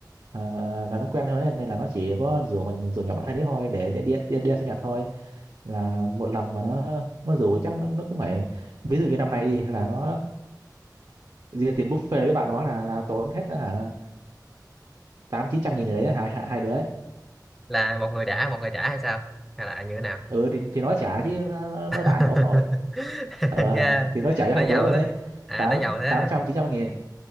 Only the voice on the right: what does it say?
ờ, là nó quen thôi đấy. nên là nó chỉ có rủ mình rủ nhỏ bạn thân đấy thôi để đi đi đi, đi sinh nhật thôi là một lần mà nó nó rủ thì chắc nó nó cũng phải ví dụ như năm nay đi là nó riêng tiền buffet với bạn nó là là tốn hết hả tám chín trăm nghìn gì đấy hai hai hai đứa ấy.
ừ thì thì nó trả chứ nó, nó, nó
đãi của ông nội ờ
thì nó trả cho
hai đứa
luôn
đấy
tám
tám trăm chín trăm nghìn